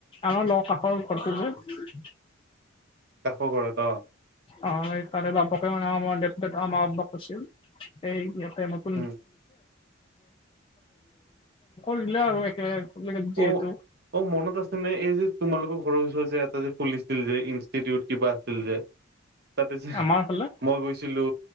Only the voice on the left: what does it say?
আমাৰ লগ কাষৰ ঘৰটো যে
অ এই তাৰে বাপকে মানে <unintelligible> কৈছিল এই ইয়াতে মোক
<unintelligible> <unintelligible> যিহেতু
আমাৰ ফালে